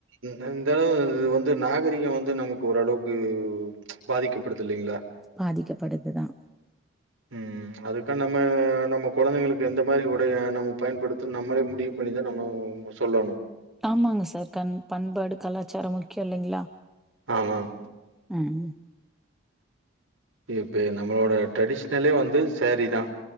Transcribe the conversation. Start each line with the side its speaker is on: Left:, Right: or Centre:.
Right: இந்த அளவு இது வந்து நாகரீகம் வந்து நமக்கு ஓரளவுக்கு பாதிக்கப்படுது இல்லைங்களா
Centre: பாதிக்கப்படுது தான்
Right: உம் அதுக்க நம்ம நம்ம கொழந்தைங்களுக்கு எந்த மாரி உடைய நம்ம பயன்படுத்த நம்மளே முடிவு பண்ணிதான் நம்ம சொல்லணு
Centre: ஆமாங்க சார் கண் பண்பாடு கலாச்சாரம் முக்கியம் இல்லைங்ளா
Right: ஆமாங்க.
Centre: ம்
Right: இப்ப நம்மளோட ட்ரெடிஷ்னலே வந்து சேரீதான்